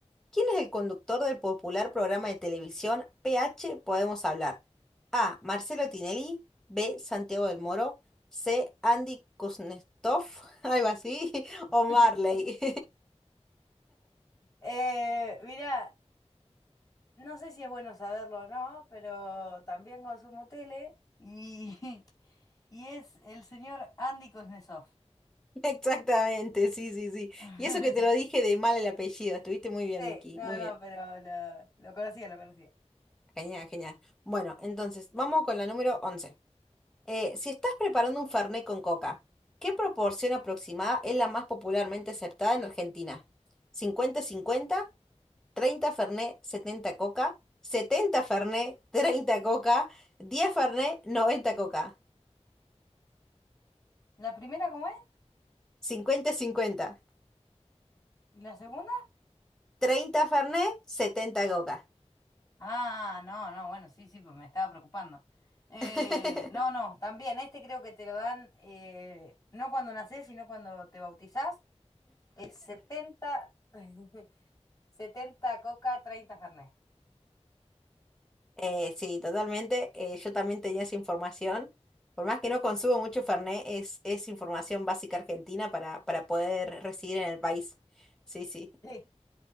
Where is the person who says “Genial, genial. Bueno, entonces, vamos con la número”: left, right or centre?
Centre